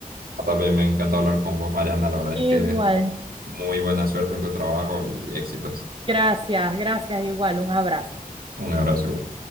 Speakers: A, on the right; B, on the right.
A: También me encantó hablar con vos, Mariana. La verdad
B: Igual,
A: es que muy buena suerte en tu trabajo y éxitos.
B: gracias, gracias, igual, un abrazo.
A: Un abrazo. igual.